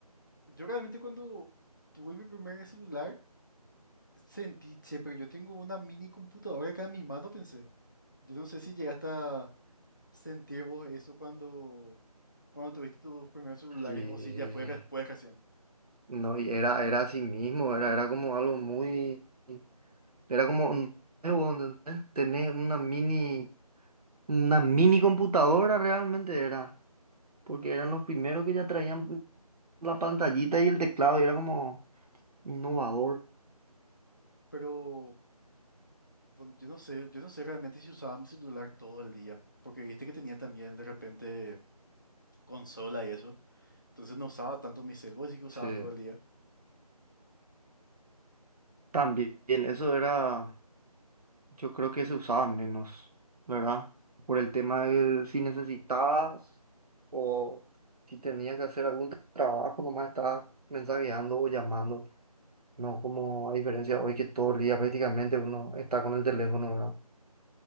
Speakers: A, on the left; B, on the right.
A: yo realmente cuando tuve mi primer celular, Sentí, che, pero yo tengo una mini computadora acá en mi mano, pensé. Yo no sé si llegaste a sentir vos eso cuando, cuando tuviste tus primeros celulares
B: Sí,
A: o si ya fue después recién.
B: no, y era, era así mismo, era, era como algo muy, era como un nuevo, ¿entendés? Tener una mini, una mini computadora realmente era, porque eran los primeros que ya traían la pantallita y el teclado y era como innovador.
A: Pero bueno, yo no sé, yo no sé realmente si usaba mi celular todo el día, porque viste que tenía también de repente consola y eso. Entonces no usaba tanto mi celular, así que usabas
B: Sí,
A: todo el día.
B: También eso era, yo creo que se usaba menos, ¿verdad? Por el tema de si necesitabas o si tenías que hacer algún trabajo, nomás estabas mensajeando o llamando. No como a diferencia hoy que todo el día prácticamente uno está con el teléfono, ¿verdad?